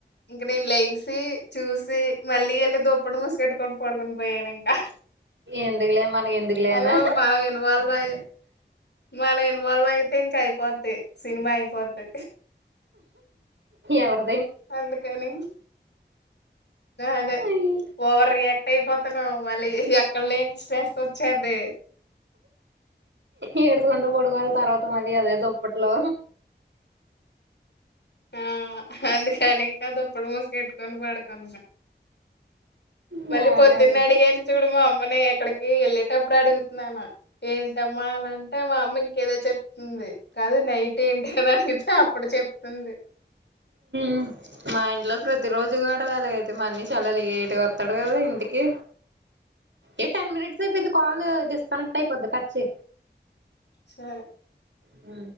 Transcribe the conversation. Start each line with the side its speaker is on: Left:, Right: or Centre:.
Left: ఇంక నేను లెగిసి చూసి మళ్ళీ వెళ్ళి దుప్పటి మూసుకెట్టుకొని పడుకోని పోయాను ఇంకా
Right: ఎందుకులే మనకి ఎందుకులే
Left: వఏదో
Right: అనా
Left: మన ఇన్వాల్వ్ ఉంది మనం ఇన్వాల్వ్ అయితే ఇంకా అయిపొద్ది సినిమా అయిపోధి
Right: ఎవరూ
Left: అందుకని అదే
Right: అయ్యో
Left: ఓవర్ రియాక్ట్ అయిపోతాన్నా మళ్ళీ ఎక్కడ లేమి స్ట్రెస్ వచ్చింది
Right: ఏ కం పోడుకోవాలి తర్వాత మళ అదే దప్పట్లో
Left: ఆ అందుకనింకాద అప్పుడు మూసుకెట్టుకొని పడుకుని మళ్ళీ
Right: బానే
Left: పొద్దున్న
Right: ఉంది
Left: అడిగారు చూడుమామ్ మన ఎక్కడికి వెళ్ళేటప్పుడు అడుగుతున్నాను ఏంటమ్మా అని అంటే మా అమ్మ ఏదో చెప్తుంది కాదు నైట్ ఏంటి అని అడిగితే అప్పుడు చెప్తుంది
Right: ఉమ్ మా ఇంట్లో ప్రతి రోజు కూడా వెలగైతే మన్ని చలలిగ ఇటుకి వస్తాడు కదా ఇంటికి ఏ టెన్ మినిట్స్ అ ఇందు కాల్
Left: ఆ
Right: డిస్కనెక్ట్ అయిపోద్ది ఖర్చి
Left: సరే
Right: ఆ